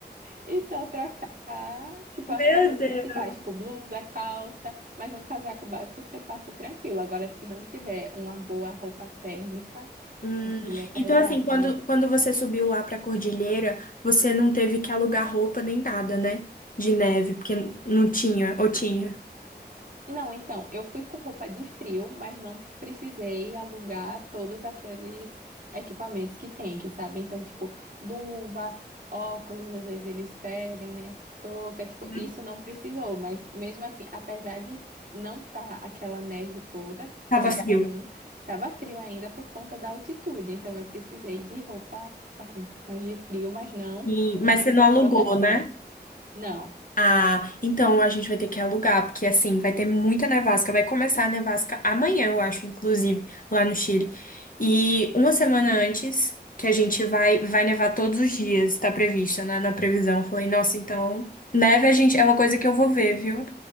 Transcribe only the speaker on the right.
E só trocar, tipo,
as peças
principais, tipo, blusa, calça, mas um casaco básico você passa tranquilo. Agora, se não tiver uma boa roupa térmica,
o frio é pesado.
Não, então, eu fui com roupa de frio, mas não precisei alugar todos aqueles equipamentos que tem, que sabe? Então, tipo, luva, óculos, às vezes eles pedem, né? Touca, tipo,
isso não precisou, mas mesmo assim, apesar de não estar aquela neve toda,
que é
comum, tava frio ainda por conta da altitude, então eu precisei de roupa, assim, mais de frio, mas não
uma
super
proteção.
Não.